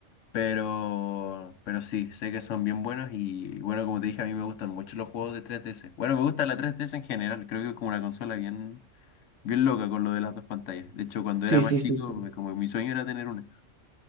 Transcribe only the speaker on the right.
Sí,
sí,
sí, sí.